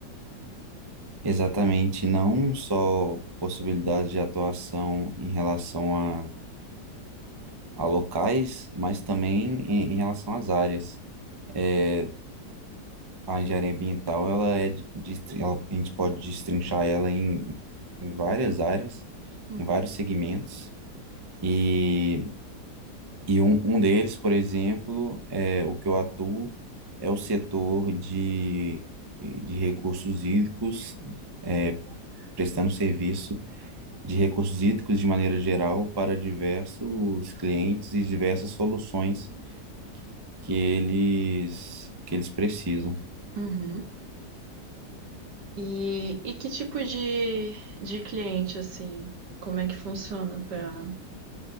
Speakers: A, on the right; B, on the right.
A: exatamente, não só possibilidades de atuação em relação a, a locais, mas também em, em relação às áreas. É, a engenharia ambiental, ela é, de- destrin- ela, a gente pode destrinchar ela em, em várias áreas,
B: Uhum,
A: em vários segmentos, e, e um, um deles, por exemplo, é o que eu atuo, é o setor de, de recursos hídricos, é, prestando serviço de recursos hídricos de maneira geral para diversos clientes e diversas soluções que eles, que eles precisam.
B: uhum. E, e que tipo de, de cliente, assim, como é que funciona para